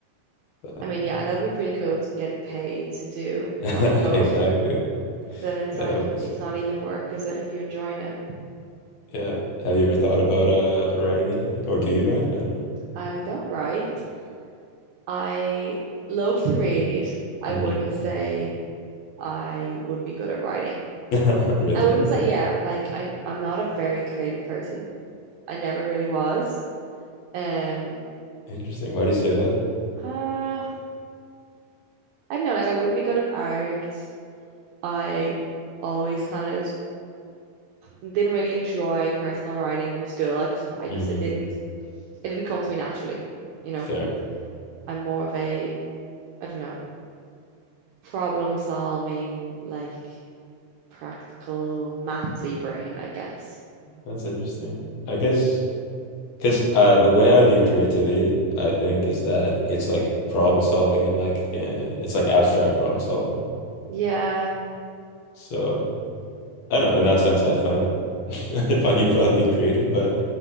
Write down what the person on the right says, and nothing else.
I mean, yeah, that'd be pretty cool to be getting paid to do
what you love.
But then it's
like
it's not even work, is it, if you're enjoying it?
I don't write. I love to read. I
wouldn't say I would be good at writing.
I wouldn't
say, yeah, like I I'm not a very creative person. I never really was. Um,
uh, I don't know, like I wouldn't be good at art. I always kind of didn't really enjoy personal riding in school. Like I just
it didn't it didn't come to me naturally, you know.
I'm more of a I don't know, problem solving, like practical mathy brain, I guess.
Yeah,